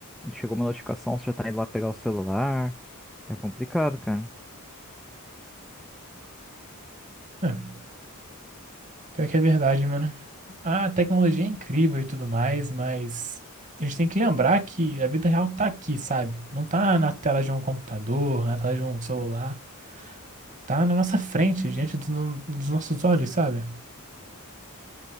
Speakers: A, in the centre; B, on the right.
A: chegou uma notificação, você já tá indo lá pegar o celular. É complicado, cara.
B: É, pior que é verdade, mano. A tecnologia é incrível e tudo mais, mas a gente tem que lembrar que a vida real tá aqui, sabe? Não tá na tela de um computador, na tela de um celular. Tá na nossa frente, diante dos, dos nossos olhos, sabe?